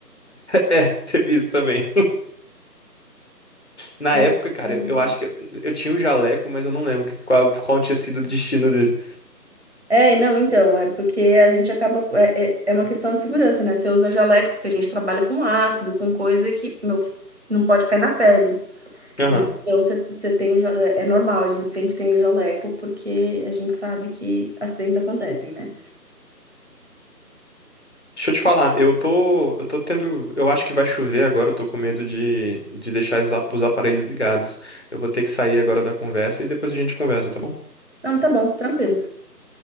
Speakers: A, on the left; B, on the right.
A: É, teve isso também. Na
B: Pra
A: época,
B: isso que
A: cara,
B: serve
A: eu
B: jaleco.
A: acho que eu, eu tinha o jaleco, mas eu não lembro que- qual, qual tinha sido o destino dele.
B: É, não, então, é porque a gente acaba. É, é, é uma questão de segurança, né? Você usa jaleco porque a gente trabalha com ácido, com coisa que, meu, que não pode cair na pele.
A: Aham.
B: Então, você você tem o jo- é é normal, a gente sempre tem o jaleco, porque a gente sabe que acidentes acontecem, né?
A: Deixa eu te falar, eu tô, eu tô tendo, eu acho que vai chover agora, eu tô com medo de, de deixar os ap- os aparelhos ligados. Eu vou ter que sair agora da conversa e depois a gente conversa, tá bom?
B: Não, tá bom, tranquilo.